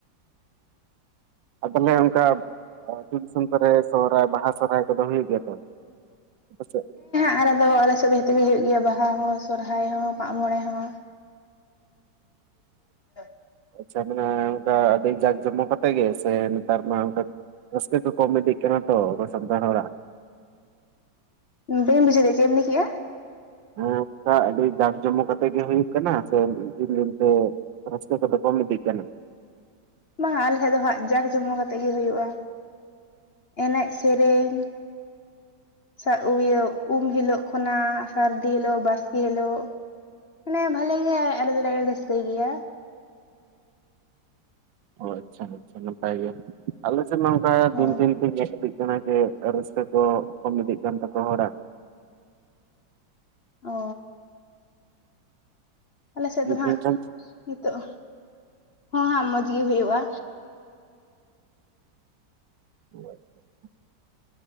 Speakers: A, on the right; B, on the left.
A: ᱟᱥᱚᱞᱮ ᱚᱱᱠᱟᱼᱼᱼ ᱟᱛᱩ ᱫᱤᱥᱚᱢ ᱠᱚᱨᱮ ᱥᱚᱦᱦᱟᱭ ᱵᱟᱦᱟ ᱥᱚᱦᱦᱟᱭ ᱠᱚᱫᱚ ᱦᱩᱭᱩᱜ ᱜᱮᱭᱟ ᱛᱚ ᱟᱯᱮ ᱥᱮᱜ?
B: ᱟᱨ ᱟᱫᱚ ᱟᱞᱮ ᱥᱮᱫ ᱫᱚ ᱡᱚᱛᱚ ᱜᱮ ᱦᱩᱭᱩᱜ ᱜᱮᱭᱟ ᱵᱟᱦᱟ ᱦᱚᱸ, ᱥᱚᱨᱦᱟᱭ ᱦᱚᱸ, ᱢᱟᱜ ᱢᱚᱬᱮ ᱦᱚᱸ᱾ <unintelligible>
A: ᱟᱪᱷᱟ ᱢᱟᱱᱮ ᱚᱱᱠᱟ ᱟᱹᱰᱤ ᱡᱟᱸᱠ ᱡᱚᱢᱚᱠ ᱟᱛᱮ ᱜᱮ, ᱥᱮ ᱱᱮᱛᱟᱨ ᱢᱟ ᱚᱱᱠᱟᱼᱼ ᱨᱟᱹᱥᱠᱟ ᱠᱚ ᱠᱚᱢ ᱤᱫᱤ ᱠᱟᱱᱟ ᱛᱚ ᱟᱵᱚ ᱥᱟᱱᱛᱟᱲ ᱦᱚᱲᱟ᱾
B: ᱵᱟᱹᱧ ᱵᱩᱡᱟᱹᱣ ᱫᱟ ᱪᱮᱫ ᱮᱢ ᱞᱮᱭ ᱠᱮᱫᱼᱟ?
A: ᱦᱮᱸ ᱚᱱᱠᱟ ᱟᱹᱰᱤ ᱡᱟᱠ ᱡᱚᱢᱚ ᱠᱟᱛᱮᱜ ᱜᱮ ᱦᱩᱭᱩᱜ ᱠᱟᱱᱟ ᱥᱮ ᱫᱤᱱ ᱫᱤᱱ ᱛᱮᱼᱼᱼ ᱨᱟᱹᱥᱠᱟᱹ ᱠᱚᱫᱚ ᱠᱚᱢ ᱤᱫᱤ ᱠᱟᱱᱟ᱾
B: ᱵᱟᱝᱟ ᱟᱞᱮ ᱥᱮᱫ ᱫᱚ ᱦᱟᱸᱜ ᱡᱟᱠ ᱡᱚᱢᱚ ᱠᱟᱛᱮ ᱜᱮ ᱦᱩᱭᱩᱜᱼᱟ᱾ ᱮᱱᱮᱡ ᱥᱮᱨᱮᱧ᱾ ᱥᱟᱵ ᱤᱭᱟᱹ ᱩᱢ ᱦᱤᱞᱳᱜ ᱠᱷᱚᱱᱟᱜ ᱥᱟᱹᱨᱫᱤ ᱦᱤᱞᱳᱜ ᱵᱟᱥᱠᱮ ᱦᱤᱞᱳᱜ ᱢᱟᱱᱮ ᱵᱷᱟᱞᱮ ᱜᱮ ᱟᱞᱮ ᱫᱚᱞᱮ ᱨᱟᱹᱥᱠᱟᱹᱭ ᱜᱮᱭᱟ᱾
A: ᱚ ᱟᱪᱪᱷᱟ ᱟᱪᱪᱷᱟ ᱱᱟᱯᱟᱭ ᱜᱮ ᱟᱞᱮ ᱥᱮᱫ ᱱᱚᱝᱠᱟ
B: ᱦᱮᱸ
A: ᱫᱤᱱ ᱫᱤᱱ ᱛᱮ ᱡᱟᱥᱛᱤ ᱠᱟᱱᱟ ᱡᱮ ᱨᱟᱹᱥᱠᱟᱹ ᱠᱚ ᱠᱚᱢ ᱤᱫᱤᱜ ᱠᱟᱱ ᱛᱟᱠᱚᱣᱟ ᱦᱚᱲᱟᱜ᱾
B: ᱚᱻ᱾ ᱟᱞᱮ ᱥᱮᱫ ᱫᱚ ᱦᱟᱸᱜ
A: ᱢᱮᱱᱠᱷᱟᱱ
B: ᱱᱤᱛᱚᱜ ᱦᱚᱸ ᱦᱟᱜ ᱢᱚᱡᱽ ᱜᱮ ᱦᱩᱭᱩᱜᱼᱟ᱾
A: <unintelligible>